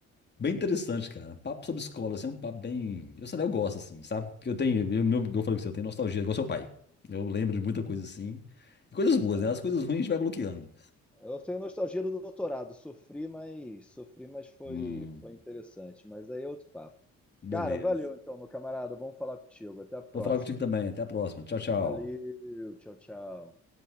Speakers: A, on the left (about 35°); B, in the centre.
A: Bem interessante, cara. Papo sobre escola, assim, é um papo bem. Eu sei lá, eu gosto, assim, sabe? Porque eu tenho, eu, meu- eu falei com você, eu tenho nostalgia, igual seu pai. Eu lembro de muita coisa assim. E coisas boas,
B: é.
A: né? As coisas ruins a gente vai bloqueando.
B: Eu tenho nostalgia do doutorado, sofri, mas sofri, mas foi,
A: Hum,
B: foi interessante. Mas daí é outro papo.
A: beleza.
B: Cara, valeu então, meu camarada. Vamos falar contigo. Até a próxima.
A: Vou falar contigo também. Até a próxima. Tchau, tchau.
B: Valeu, tchau, tchau.